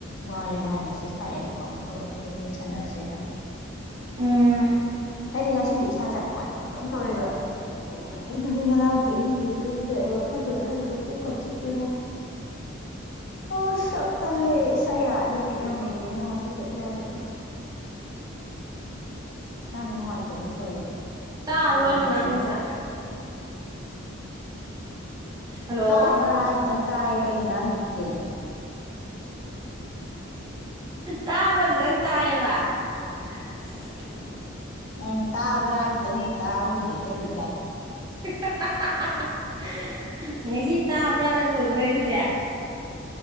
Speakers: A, on the left (about 65°); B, on the right (about 20°).
A: ꯋꯥꯔꯦ ꯃꯥꯅ ꯃꯦꯁꯦꯁ ꯊꯥꯔꯛꯑꯦ ꯀꯅ ꯇꯧꯕ ꯍꯧꯖꯤꯛ ꯍꯌꯦꯡ ꯁꯥꯟꯅꯔꯁꯦꯅ
B: ꯎꯝ
A: ꯀꯩꯗꯤ ꯉꯁꯤꯁꯦ ꯏꯁꯥꯁꯦ ꯌꯥꯝ ꯅꯨꯡꯉꯥꯏꯇꯕ ꯇꯣꯏꯑꯕ ꯇꯨꯝꯅꯤꯡ ꯇꯨꯝꯅꯤꯡ ꯉꯔꯥꯡꯁꯦ ꯑꯩꯁꯦ ꯇꯨꯝꯗ꯭ꯔꯦ ꯑꯩ ꯋꯥꯈꯜꯗ ꯈꯟꯕꯗ ꯀꯣꯛꯀ ꯆꯤꯛꯑꯦ ꯉꯣ ꯑꯁ ꯌꯥꯝ ꯇꯜꯂꯦ ꯑꯥ ꯌꯥꯗꯦ ꯕꯤꯠ ꯌꯥꯝ ꯂꯩꯇꯦꯉꯣ ꯉꯁꯤꯁꯦ ꯏꯁꯥꯁꯦ ꯍꯛꯆꯥꯡꯁꯦ ꯅꯨꯡꯉꯥꯏꯇꯕꯗꯧ ꯇꯧꯋꯦꯕ
B: ꯇꯥꯕ꯭ꯔꯣ
A: ꯁꯥꯒꯠꯂꯛꯄꯁꯤꯒ
B: ꯑꯩꯅ ꯉꯥꯡꯉꯤꯁꯦ ꯍꯜꯂꯣ
A: ꯇꯥꯕ꯭ꯔꯥ ꯍꯥꯏꯗꯨꯗ ꯇꯥꯏꯌꯦ ꯀꯔꯤ ꯉꯥꯡ ꯒꯤꯒꯦ
B: ꯇꯥꯕ꯭ꯔꯥꯗꯨꯗꯪ ꯇꯥꯏꯌꯦꯕ <unintelligible>
A: ꯎꯝ ꯇꯥꯕ꯭ꯔꯥ ꯍꯥꯏꯕꯇꯪꯅꯤ ꯑꯩ ꯇꯥꯍꯧꯔꯤꯁꯦ ꯑꯇꯩ <unintelligible> <unintelligible>
B: <unintelligible> ꯅꯦꯖꯤ ꯇꯥꯕ꯭ꯔꯥꯗ ꯂꯣꯏꯗꯣꯔꯦ ꯑꯗꯨꯗꯤ